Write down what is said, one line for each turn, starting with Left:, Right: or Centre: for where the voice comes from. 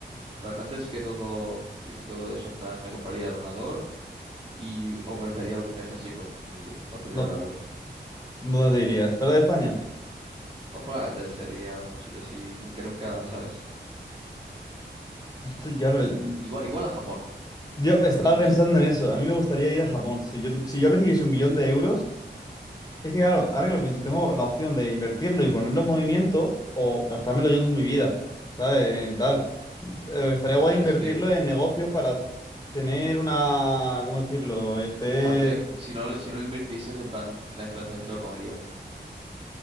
Right: Pero antes que todo, que todo eso, en plan, me compraría el ordenador y organizaría algún viaje así con mi familia para celebrarlo.
Left: ¿Dó- ¿Dónde te irías? ¿Fuera de España?
Right: Pues probablemente sería algún sitio así nu- que nunca, ¿sabes?
Left: Sí, Claro, eh,
Right: Igual, igual a Japón,
Left: yo
Right: pero
Left: estaba
Right: nunca hemos
Left: pensando
Right: ido.
Left: en eso. A mí me gustaría ir a Japón. Si yo, si yo recibiese un millón de euros, es que claro, ahora que lo pienso, tengo la opción de invertirlo y ponerlo en movimiento o gastármelo yo en mi vida, ¿sabes? Eh, Tal. Eh, estaría
Right: A
Left: guay
Right: ver,
Left: invertirlo
Right: es que,
Left: en negocios para tener una, ¿cómo decirlo? Este,
Right: ah, es que si no, si no invirtieses, en plan, la inflación te lo comería.